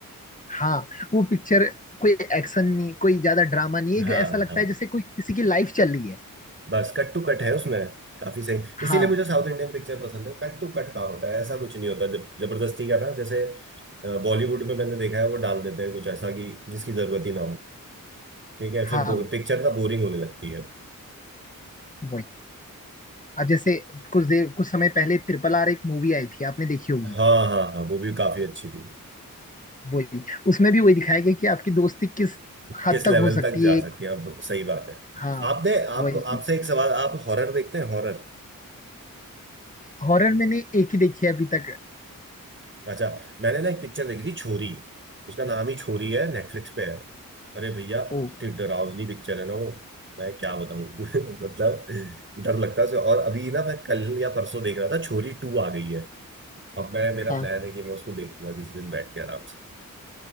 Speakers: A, on the left; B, on the right.
A: हाँ वो पिक्चर कोई एक्शन नहीं कोई ज्यादा ड्रामा नहीं एक
B: हाँ
A: ऐसा लगता
B: हाँ
A: है जैसे कोई किसी की लाइफ चल रही है
B: बस कट टू कट है उसमें काफी सही इसीलिए
A: हाँ
B: मुझे साउथ इंडियन पिक्चर पसंद है कट टू कट का होता है ऐसा कुछ नहीं होता जब जबरदस्ती का ना जैसे बॉलीवुड में मैंने देखा है वो डाल देते हैं कुछ ऐसा कि जिसकी जरूरत ही ना हो ठीक है फिर
A: हाँ
B: पिक्चर ना बोरिंग होने लगती है
A: वही अब जैसे कुछ देर कुछ समय पहले ट्रिपल आर एक मूवी आई थी आपने देखी होगी
B: हाँ हाँ हाँ वो भी काफी अच्छी थी
A: वही उसमें भी वही दिखाया गया कि आपकी दोस्ती किस हद
B: किस लेवल
A: तक हो सकती
B: तक जा
A: है
B: सकती है आप सही बात है
A: हाँ
B: आपने आपको
A: वही
B: आपसे एक सवाल आप हॉरर देखते हैं हॉरर
A: हॉरर मैंने एक ही देखी है अभी तक
B: अच्छा मैंने ना एक पिक्चर देखी थी छोरी उसका नाम ही छोरी है नेटफ्लिक्स पे है अरे भैया
A: ओ
B: इतनी डरावनी पिक्चर है ना वो मैं क्या बताऊं <laughs> मतलब डर लगता है उसे। और अभी ना मैं कल या परसों देख रहा था छोरी टू आ गई है अब मैं मेरा
A: हाँ
B: प्लान है कि मैं उसको देखूंगा किस दिन बैठ के आराम से